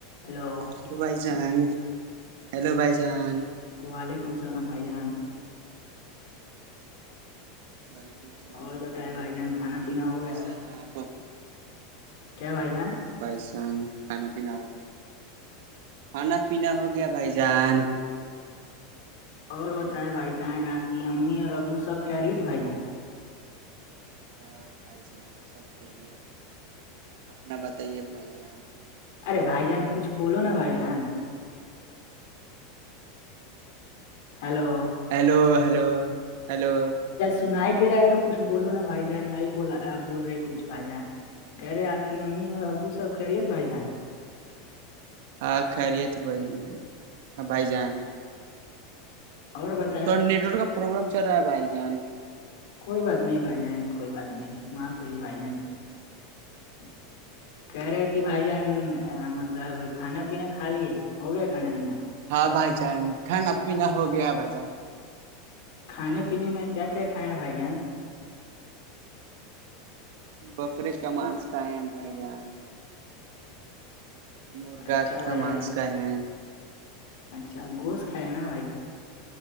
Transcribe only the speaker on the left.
hello
وعلیکم السلام بھائی جناام
اور
بتائے بھائی جان کھانا پینا ہو گیا
کیا بھائی جان
اور بتائے بھائی جان آپ کی امی اور ابو سب کھلا رہی ہے تو بھائی جان
ارے بھائی جان کچھ بولو نا بھائی جان ہیلو
سن ہی دے رہا ہے تو کچھ بولو نا بھائی جان نہیں بول رہے کچھ بھائی جان کہہ رہے آپ کی امی اور ابو سب کہہ رہیے تھ بھائی جان
اورور بت
کوئی بات نہیں بھائی جان کوئی بات نہیں معاف کریے بھائی جان ا کہہ رہے کہ بھائی جان مطلب کھانا پینا کھا لیے ہو گیا کھانا پینا
کھانے پینے میں کیا کیا کھائے ہیں بھائی جان
اچھا بھائی
جان
اچھا گوس کائے نا بھ ج